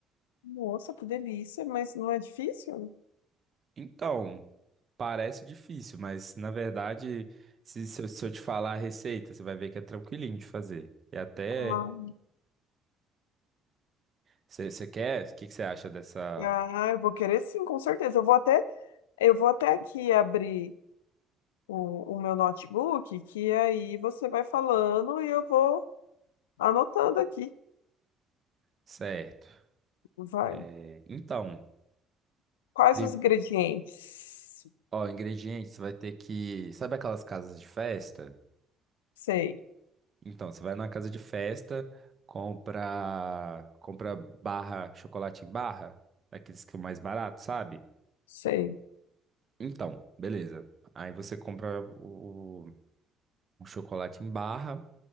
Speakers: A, on the left; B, on the right.
A: Nossa, que delícia, mas não é difícil?
B: Então, parece difícil, mas na verdade, se, se eu se eu te falar a receita, você vai ver que é tranquilinho de fazer. E até.
A: Ah,
B: Você quer? O que você acha dessa?
A: ah, eu vou querer sim, com certeza. Eu vou até, eu vou até aqui abrir o, o meu notebook, que aí você vai falando e eu vou anotando aqui.
B: Certo.
A: Vai.
B: É, então,
A: Quais
B: prim-
A: os ingredientes?
B: ó, ingredientes, você vai ter que. Sabe aquelas casas de festa?
A: Sei,
B: Então, você vai na casa de festa, compra, compra barra, chocolate em barra, daqueles que é o mais barato, sabe?
A: sei.
B: Então, beleza. Aí você compra o, o chocolate em barra,